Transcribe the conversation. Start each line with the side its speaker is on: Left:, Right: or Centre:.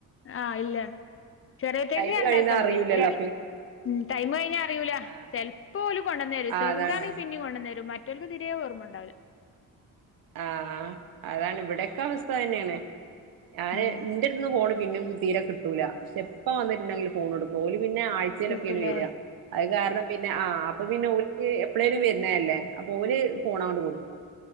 Left: ആഹ് ഇല്ല ചെറിയറ്റേക്ക്
Right: ടൈം
Left: രണ്ടാക്കാണ്
Right: കഴിയുന്നത് അറിയൂല്ലല്ലോ
Left: വല്ല്യ‌ പിന്നെ ഉം ടൈമ് കഴിഞ്ഞാ അറിയൂല
Right: ആഹ്
Left: ചെൽപ്പോല് കൊണ്ടന്നെരും
Right: ആഹ്
Left: ചെറ്താണെങ്കി
Right: അതാണ്
Left: പിന്നിം കൊണ്ടന്നെരും മറ്റോ ല്ക്ക് തിരെയോർമ്മണ്ടാവൂല്ല
Right: ആഹ് അതാണ് ഇവിടെക്കെ അവസ്ഥ അതെന്നേണ് ഞാന്
Left: ഉം
Right: ഇന്റെട്ത്ത്ന്ന് ഫോണ് പിന്നിം തീരെ കിട്ടൂല പക്ഷെ ഇപ്പ വന്ന്ട്ട്ണ്ടെങ്കില് ഫോണൊടുക്കും ഓല് പിന്നെ ആഴ്ചേലൊക്കെയാണ്
Left: കിട്ടൂലേ
Right: വെരാ അത് കാരണം പിന്നെ ആഹ് അപ്പ പിന്നോൽക്ക് എപ്പളേലും വെര്ണെല്ലേ അപ്പൊ ഓല് ഫോണങ്ങണ്ട് കൊടുക്കും